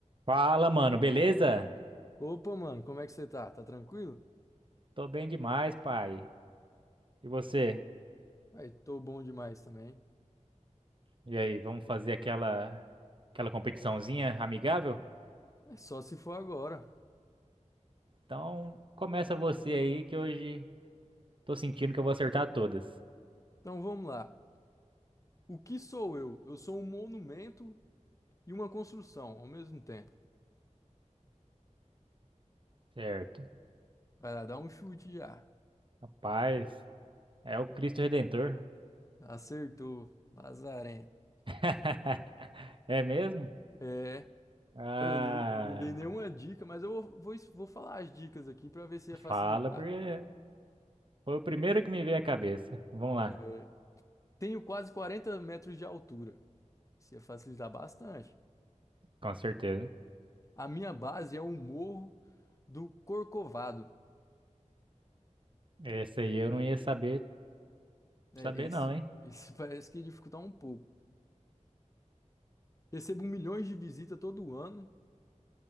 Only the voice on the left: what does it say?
Opa, mano, como é que você tá? Tá tranquilo?
Aí, tô bom demais também.
Mas só se for agora.
Então vamos lá. O que sou eu? Eu sou um monumento e uma construção ao mesmo tempo.
Vai lá, dá um chute já.
Acertou, lazarento.
É,
cara, eu não, eu não dei nenhuma dica, mas eu vou, vou, vou falar as dicas aqui pra ver se ia facilitar.
É, tenho quase 40 metros de altura. Isso ia facilitar bastante.
A minha base é o Morro do Corcovado.
É,
esse,
esse <laughs> parece que dificulta um pouco. Recebo milhões de visitas todo ano.